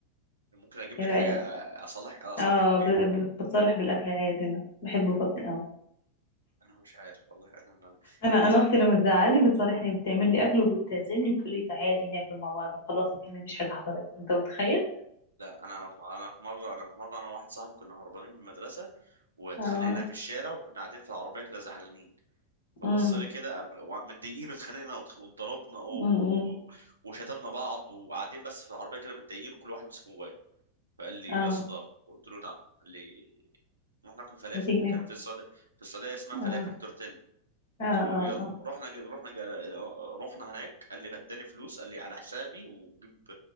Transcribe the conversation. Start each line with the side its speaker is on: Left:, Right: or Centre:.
Right: ممكن اجيب
Left: ايه
Right: لك
Left: رأيك
Right: حاجه أ- اصالح اصالحك
Left: اه ب...
Right: بيها
Left: ب... بتصالح بالاكل عادي انا بحب بطني قوي
Right: انا مش عارف والله انا أنا-
Left: انا
Right: الاكل
Left: انا اختي لما تزعلني بتصالحني بتعمل لي اكل وبتعزمني بتقول لي تعالي ناكل مع بعض وخلاص وكده مفيش حاجة حصلت انت متخيل
Right: لا انا انا في مره انا في مره انا وواحد صاحبي كنا هربانين من المدرسه واتخانقنا
Left: اه
Right: في الشارع وكنا قاعدين في العربيه كده زعلانين فبص
Left: امم
Right: لي كده و- متضايقين واتخانقنا واتخ- واتضربنا و-
Left: امم
Right: و- وشتمنا بعض وقاعدين بس في العربيه كده متضايقين وكل واحد ماسك موبايله فقال لي
Left: اه
Right: يا اسطى قلت له نعم قال لي رحنا ناكل فلافل
Left: هتيجي ناكل
Right: كان في السعوديه في السعوديه اسمها
Left: اه
Right: فلافل تورتيلا قلت
Left: اه
Right: له
Left: اه
Right: يلا
Left: اه
Right: رحنا جا... رحنا جا... رحنا هناك قال لي اداني فلوس قال لي على حسابي وجيب